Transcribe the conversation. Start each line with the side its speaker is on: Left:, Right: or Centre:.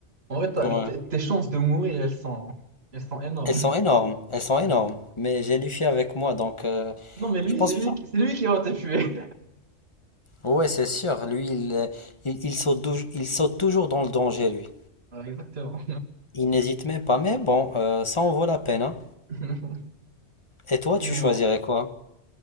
Right: en vrai, t'as-
Left: Ouais.
Right: tes tes chances de mourir, elles sont, elles sont énormes.
Left: Elles sont énormes, elles sont énormes.
Right: <laughs>
Left: Mais j'ai Luffy avec moi, donc euh,
Right: Non, mais lui,
Left: je pense
Right: c'est lui,
Left: que ça.
Right: qui- c'est lui qui va te tuer.
Left: Ouais, c'est sûr, lui, il, euh, il, il saute, dou- il saute toujours dans le danger, lui.
Right: <laughs> Voilà, exactement.
Left: Il n'hésite même pas, mais bon, euh, ça en vaut la peine, hein.
Right: <laughs>
Left: Et toi,
Right: Six
Left: tu
Right: mois.
Left: choisirais quoi?